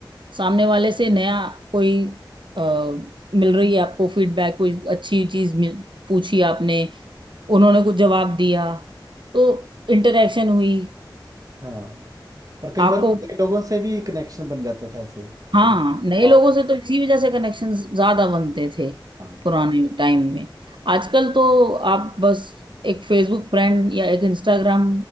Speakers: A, on the right (about 75°); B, on the right (about 45°).
A: सामने वाले से नया कोई आ, मिल रही है आपको फीडबैक कोई अच्छी चीज मिल पूछी आपने उन्होंने कुछ जवाब दिया तो इंटरेक्शन हुई
B: हाँ और कई
A: आपको
B: बार नए लोगों से भी कनेक्शन बन जाता था ऐसे
A: हाँ
B: कि
A: नए
B: बात-
A: लोगों से तो इसी वजह से कनेक्शन ज्यादा बनते थे
B: हाँ
A: पुराने टाइम में आजकल तो आप बस एक फेसबुक फ्रेंड या एक इंस्टाग्राम